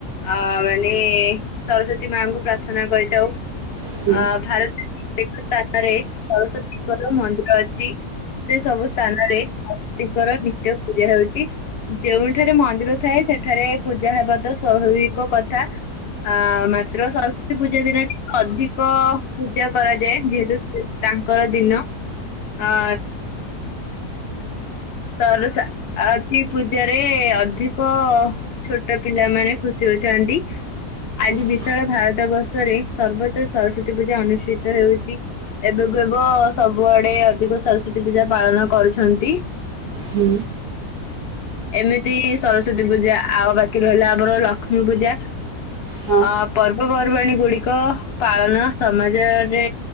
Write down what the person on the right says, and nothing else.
ହଁ
ହୁଁ ହୁଁ ହଁ ହୁଁ
ହୁଁ।
ହଁ